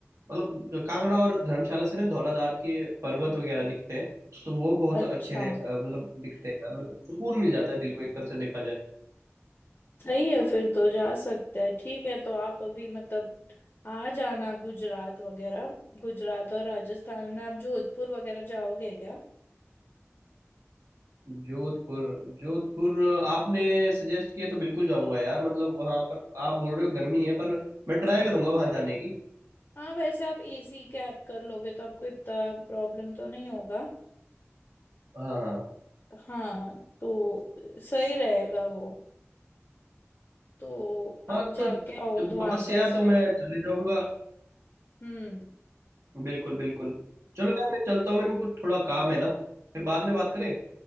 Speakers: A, on the right (about 75°); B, on the left (about 45°).
A: मतलब कांगड़ा और धर्मशाला से ना धौलाधार के पर्वत वगैरह दिखते हैं तो वो बहुत
B: अच्छा
A: अच्छे रह अ, मतलब दिखते हैं मतलब सुकून मिल जाता है दिल को एक तरह से देखा जाए
B: सही है फिर तो जा सकते हैं ठीक है तो आप अभी मतलब आ जाना गुजरात वगैरह गुजरात और राजस्थान में आप जोधपुर वगैरह जाओगे क्या
A: जोधपुर जोधपुर आपने सजेस्ट किया तो बिल्कुल जाऊंगा यार मतलब वहां पर आप बोल रहे हो गर्मी है पर मैं ट्राई करूंगा वहां जाने की
B: हाँ वैसे आप एसी कैब कर लोगे तो आपको इतना प्रॉब्लम तो नहीं होगा
A: हाँ हाँ
B: हाँ तो सही रहेगा वो तो आप
A: हाँ
B: जाके
A: तो
B: आओ द्वारका
A: बस यार
B: साइड
A: तो मैं चले जाऊंगा
B: हम्म
A: बिल्कुल बिल्कुल चलो यार मैं चलता हूँ मेरे को कुछ थोड़ा काम है ना फिर बाद में बात करें